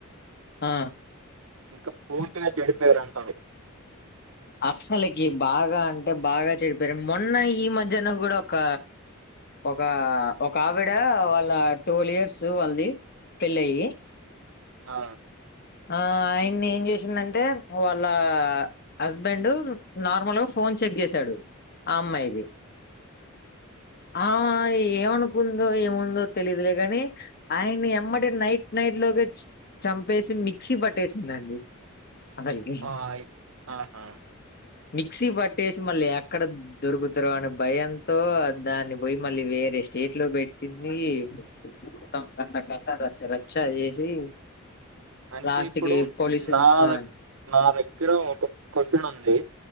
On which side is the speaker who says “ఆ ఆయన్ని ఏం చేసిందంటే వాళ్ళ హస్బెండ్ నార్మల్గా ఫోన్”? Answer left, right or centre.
Left